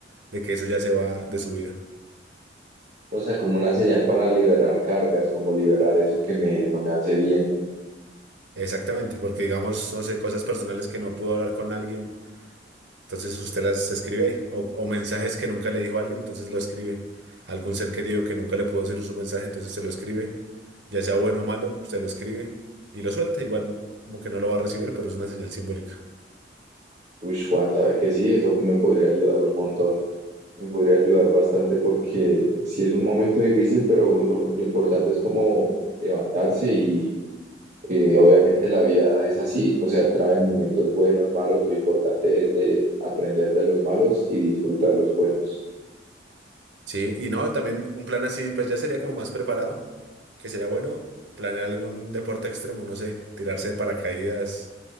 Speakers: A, on the right; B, on the right.
A: de que eso ya se va de su vida.
B: O sea, como una señal para liberar cargas, como liberar eso que me, no me hace bien.
A: Exactamente, porque digamos, no sé, cosas personales que no pudo hablar con alguien, entonces usted las escribe ahí, o, o mensajes que nunca le dijo a alguien, entonces lo escribe. Algún ser querido que nunca le pudo decir su mensaje, entonces se lo escribe, ya sea bueno o malo, se lo escribe y lo suelta, igual como que no lo va a recibir, pero es una señal simbólica.
B: Uy, Juan, sabe que sí, eso me podría ayudar un montón. Me podría ayudar bastante porque sí es un momento difícil, pero lo, lo importante es como levantarse y eh, obviamente la vida es así. O sea, trae momentos buenos, malos. Lo importante es de aprender de los malos y disfrutar los buenos.
A: Sí, y no, también un plan así, pues ya sería como más preparado, que sería bueno planear algún deporte extremo, no sé, tirarse de paracaídas,